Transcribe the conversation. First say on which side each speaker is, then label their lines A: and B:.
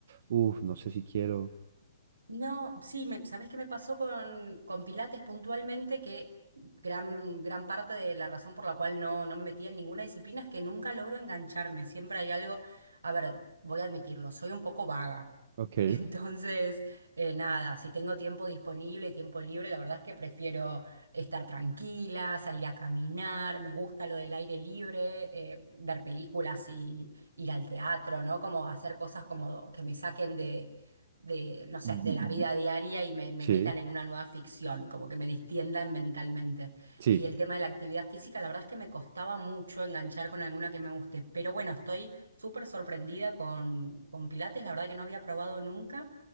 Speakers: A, on the right; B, on the right.
A: uff, no sé si quiero?
B: No, sí, me, ¿sabés qué me pasó con, con Pilates puntualmente? Que gran, gran parte de la razón por la cual no, no me metía en ninguna disciplina es que nunca logro engancharme. Siempre hay algo, a ver, voy a admitirlo, soy un poco vaga.
A: Ok.
B: <laughs> Entonces, eh, nada, si tengo tiempo disponible, tiempo libre, la verdad es que prefiero estar tranquila, salir a caminar, me gusta lo del aire libre, eh, ver películas y ir al teatro, ¿no? Como hacer cosas como que me saquen de, no sé,
A: Mm,
B: de la vida diaria y me, me
A: Sí,
B: metan en una nueva ficción, como que me distiendan mentalmente.
A: sí,
B: Y el tema de la actividad física, la verdad es que me costaba mucho enganchar con alguna que me guste, pero bueno, estoy súper sorprendida con, con Pilates, la verdad que no había probado nunca.